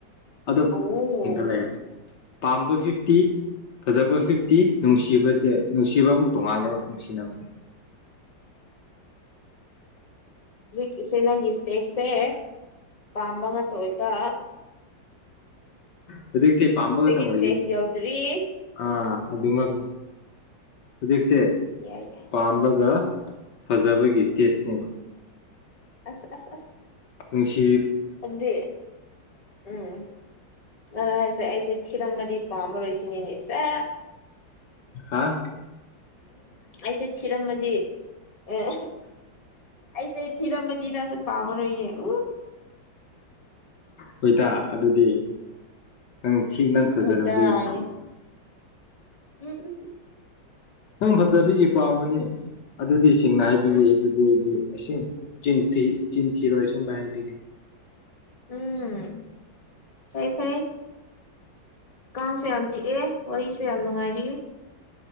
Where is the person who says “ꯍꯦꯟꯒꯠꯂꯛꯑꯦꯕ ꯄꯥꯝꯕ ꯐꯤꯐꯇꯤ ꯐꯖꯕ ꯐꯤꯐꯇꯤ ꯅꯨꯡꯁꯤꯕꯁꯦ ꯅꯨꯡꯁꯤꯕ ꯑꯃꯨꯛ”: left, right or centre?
Left